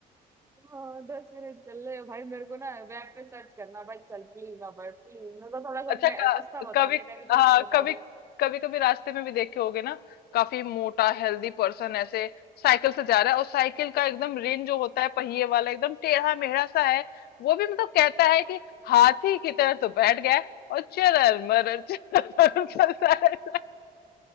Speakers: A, on the right (about 15°); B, on the left (about 70°).
A: हाँ दस मिनट चल रहे हो भाई मेरे को ना वेब पे सर्च करना भाई चल प्लीज ना भाई प्लीज मेरे को थोड़ा सा
B: अच्छा
A: ने-
B: क-
A: रास्ता बता
B: कभी
A: दे नेविगेशन
B: हाँ
A: बता
B: कभी
A: दे
B: कभी कभी रास्ते में भी देखे होगे ना काफी मोटा हेल्दी पर्सन ऐसे साइकिल से जा रहा है और साइकिल का एकदम रिम जो होता है पहिए वाला एकदम टेढ़ा मेढ़ा सा है वो भी मतलब कहता है कि हाथी की तरह तो बैठ गया है और चरल मरल चरल मरल चलता रहता